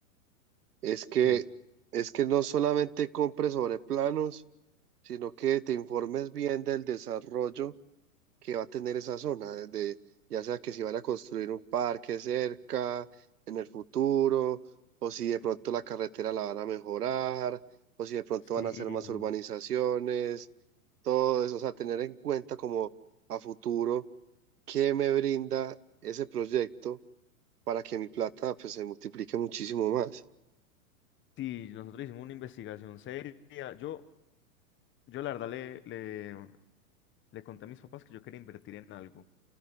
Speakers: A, on the right; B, on the left.
A: Es que,
B: Sí,
A: es que no solamente compres sobre planos, sino que te informes bien del desarrollo que va a tener esa zona, desde ya sea que si van a construir un parque cerca en el futuro, o si de pronto la carretera la van a mejorar, o si de pronto
B: sí,
A: van a hacer más urbanizaciones, todo eso, o sea, tener en cuenta como a futuro qué me brinda ese proyecto para que mi plata pues se multiplique muchísimo más.
B: sí, nosotros hicimos una investigación seria. Yo, yo la verdad le, le, le conté a mis papás que yo quería invertir en algo